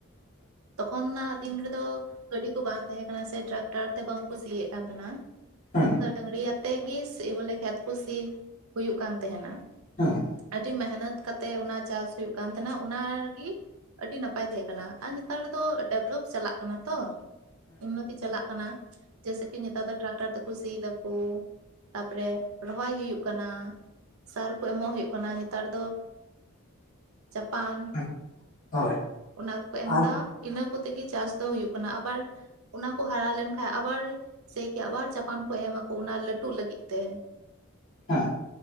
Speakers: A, on the right (about 80°); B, on the left (about 40°).
A: ᱛᱚᱠᱷᱚᱱᱱᱟᱜ ᱫᱤᱱ ᱨᱮᱫᱚ ᱜᱟᱹᱰᱤ ᱠᱚ ᱵᱟᱝ ᱛᱟᱦᱮᱸ ᱠᱟᱱᱟ ᱥᱮ ᱴᱨᱟᱠᱴᱟᱨ ᱛᱮ ᱵᱟᱝᱠᱚ ᱥᱤᱭᱮᱫ ᱠᱟᱱ ᱛᱟᱦᱮᱸᱱᱟ᱾
B: ᱦᱩᱸ
A: ᱛᱚᱠᱷᱚᱱ ᱫᱚ ᱰᱟᱹᱲᱤᱭᱟᱛᱮ ᱜᱮ ᱥᱤ ᱵᱚᱞᱮ ᱠᱷᱮᱛ ᱠᱩ ᱥᱤ ᱦᱩᱭᱩᱜ ᱠᱟᱱ ᱛᱟᱦᱮᱱᱟ᱾
B: ᱦᱩᱸ
A: ᱟᱹᱰᱤ ᱢᱮᱦᱱᱚᱛ ᱠᱟᱛᱮᱫ ᱚᱱᱟ ᱪᱟᱥ ᱦᱩᱭᱩᱜ ᱠᱟᱱ ᱛᱟᱦᱮᱸᱱᱟ ᱚᱱᱟᱨᱮᱜᱤ ᱟᱹᱰᱤ ᱱᱟᱯᱟᱭ ᱛᱟᱦᱮᱸ ᱠᱟᱱᱟ ᱟᱨ ᱱᱮᱛᱟᱨ ᱫᱚ ᱰᱮᱵᱷᱞᱚᱯ ᱪᱟᱞᱟᱜ ᱠᱟᱱᱟ ᱛᱚ᱾ ᱩᱱᱱᱚᱛᱤ ᱪᱟᱞᱟᱜ ᱠᱟᱱᱟ ᱡᱮᱭᱥᱮ ᱠᱤ ᱱᱮᱛᱟᱨ ᱫᱚ ᱴᱨᱟᱠᱴᱟᱨ ᱛᱮᱠᱚ ᱥᱤᱭ ᱫᱟᱠᱳ᱾ ᱛᱟᱨᱯᱚᱨᱮ ᱨᱚᱦᱚᱭ ᱦᱩᱭᱩᱜ ᱠᱟᱱᱟ, ᱥᱟᱨ ᱠᱚ ᱮᱢᱚᱜ ᱦᱩᱭᱩᱜ ᱠᱟᱱᱟ᱾ ᱱᱮᱛᱟᱨ ᱫᱚ ᱪᱟᱯᱟᱱ
B: ᱦᱩᱸ ᱦᱳᱭ
A: ᱚᱱᱟ ᱠᱚᱠᱚ ᱮᱢᱫᱟ
B: ᱟᱨ
A: ᱤᱱᱟᱹ ᱠᱚᱛ ᱛᱮᱜᱮ ᱪᱟᱥ ᱫᱚ ᱦᱩᱭᱩᱜ ᱠᱟᱱᱟ ᱟᱵᱟᱨ ᱚᱱᱟ ᱠᱚ ᱦᱟᱨᱟ ᱞᱮᱱᱠᱷᱟᱱ ᱟᱵᱟᱨ ᱥᱮᱠᱤ ᱟᱵᱟᱨ ᱪᱟᱯᱟᱱ ᱠᱚ ᱮᱢᱟᱠᱚ ᱚᱱᱟ ᱞᱟᱹᱴᱩᱜ ᱞᱟᱹᱜᱤᱫ ᱛᱮ᱾
B: ᱦᱮᱸ